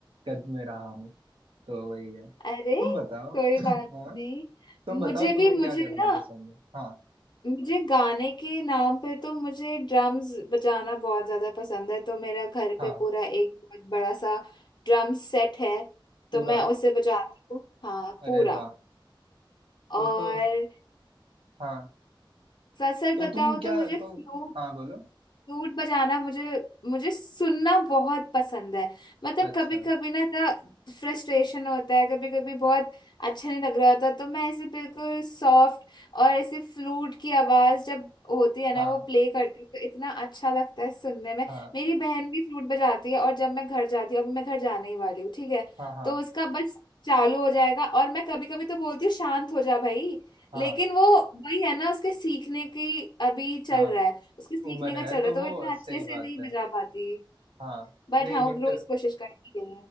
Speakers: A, on the right; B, on the left.
A: कद में रहा हूँ तो वही है तुम
B: अरे
A: बताओ
B: कोई
A: <clears throat> हाँ
B: बात नहीं
A: तुम बताओ
B: मुझे
A: तुम्हें
B: भी मुझे
A: क्या करना
B: ना
A: पसंद है हाँ
B: मुझे गाने के नाम पे तो मुझे ड्रम्स बजाना बहुत ज्यादा पसंद है तो मेरा घर
A: हाँ
B: पे पूरा एक बहुत बड़ा सा ड्रम सेट है
A: पूरा
B: तो मैं उसे बजाती हूँ हाँ
A: अरे
B: पूरा
A: वाह तो
B: और
A: तो हाँ
B: सर सर
A: तो
B: बताओ
A: तुम
B: तो
A: क्या
B: मुझे फ्लूट
A: तो हाँ बोलो
B: फ्लूट बजाना मुझे मुझे सुनना बहुत पसंद है मतलब
A: अच्छा
B: कभी कभी ना इतना फ्रस्ट्रेशन होता है कभी कभी बहुत अच्छा नहीं लग रहा होता तो मैं ऐसे बिल्कुल सॉफ्ट और ऐसे फ्लूट की आवाज जब होती है ना
A: हाँ
B: वो प्ले करती है तो इतना अच्छा लगता है सुनने में
A: हाँ
B: मेरी बहन भी फ्लूट बजाती है और जब मैं घर जाती हूँ अभी मैं घर जाने ही वाली हूँ ठीक है
A: हाँ हाँ
B: तो उसका बस चालू हो जाएगा और मैं कभी कभी तो बोलती हूँ शांत हो जा भाई
A: हाँ
B: लेकिन वो वही है ना उसके सीखने की अभी चल
A: हाँ
B: रहा है उसके सीखने
A: उम्र
B: का चल
A: है
B: रहा
A: तो
B: है तो
A: वो
B: वो इतना अच्छे
A: सही
B: से
A: बात
B: नहीं
A: है
B: बजा पाती
A: हाँ
B: बट
A: नहीं
B: हाँ
A: बट
B: वो रोज कोशिश करती है